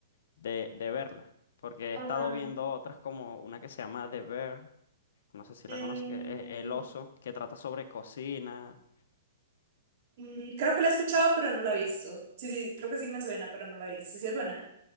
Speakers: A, on the left; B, on the right.
A: de, de verla. Porque he estado
B: Ajá.
A: viendo otras como una que se llama The Bear, no sé si
B: Mm,
A: la conoces, que es El Oso, que trata sobre cocina.
B: mm, creo que la he escuchado, pero no la he visto. Sí, sí, creo que sí me suena, pero no la he visto. Sí, es buena.